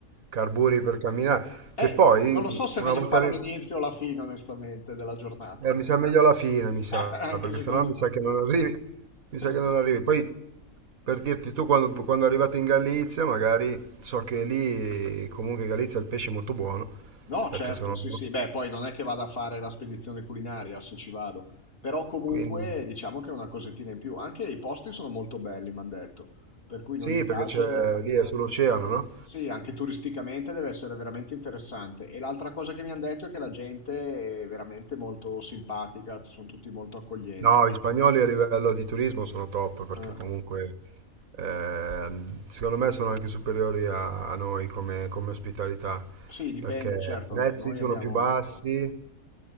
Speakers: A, on the right; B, on the left.
A: carburi per camminare,
B: Eh,
A: che poi
B: non lo so se
A: una
B: è meglio
A: volta
B: farlo
A: arri-
B: all'inizio o alla fine, onestamente, della giornata,
A: eh, mi sa meglio alla fine,
B: <laughs>
A: mi sa,
B: anche
A: perché
B: secondo
A: sennò mi
B: me.
A: sa che non arrivi, mi sa
B: <laughs>
A: che non arrivi. Poi Per dirti, tu quando, quando arrivate in Galizia, magari so che lì, comunque in Galizia il pesce è molto buono,
B: No,
A: perché
B: certo,
A: sono...
B: sì, sì, beh, poi non è che vada a fare la spedizione culinaria se ci vado, però comunque
A: Quindi,
B: diciamo che è una cosettina in più. Anche i posti sono molto belli, mi hanno detto, per cui in
A: sì,
B: ogni caso,
A: perché c'è, lì è sull'oceano, no?
B: sì, anche turisticamente deve essere veramente interessante. E l'altra cosa che mi hanno detto è che la gente è veramente molto simpatica, sono tutti molto accoglienti.
A: No, gli spagnoli a livello di turismo sono top, perché
B: Eh,
A: comunque ehm, secondo me sono anche superiori a, a noi come, come ospitalità,
B: sì, dipende,
A: perché
B: certo,
A: i
B: anche
A: prezzi
B: noi
A: sono
B: abbiamo,
A: più bassi